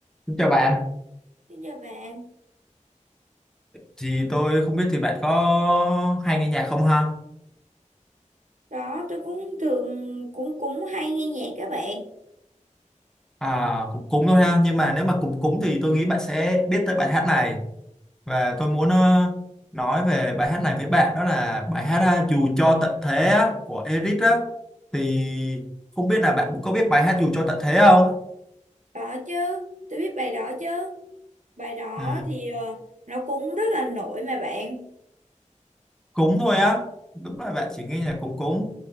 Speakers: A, in the centre; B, on the right.
A: Xin Chào bạn,
B: Xin chào bạn.
A: thì tôi không biết thì bạn có hay nghe nhạc không ha?
B: Đó, tôi cũng thường cũng cũng hay nghe nhạc các bạn.
A: À, cũng cúng thôi ha, nhưng mà nếu mà cúng cúng thì tôi nghĩ bạn sẽ biết tới bài hát này và tôi muốn ờ, nói về bài hát này với bạn đó là bài hát ờ, Dù cho tận thế á, của Eric đó. Thì không biết là bạn có biết bài hát Dù cho tận thế không?
B: Đó chứ, tôi biết bài đó chứ. Bài đó
A: Ừ.
B: thì ờ, nó cũng rất là nổi mà bạn.
A: cúng thôi á đúng là bạn
B: Thì,
A: chỉ nghe nhạc cúng cúng